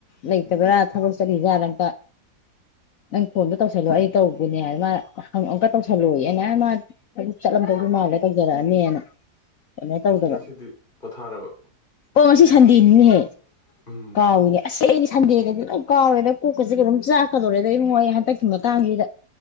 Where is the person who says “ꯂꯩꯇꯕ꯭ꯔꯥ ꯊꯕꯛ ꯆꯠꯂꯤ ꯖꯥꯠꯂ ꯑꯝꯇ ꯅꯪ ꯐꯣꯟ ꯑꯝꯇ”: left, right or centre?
Left